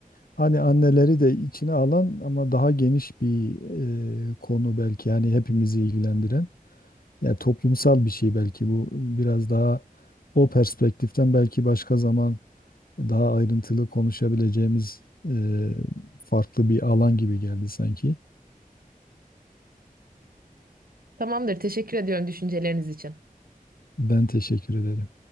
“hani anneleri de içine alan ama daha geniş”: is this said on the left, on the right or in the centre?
Left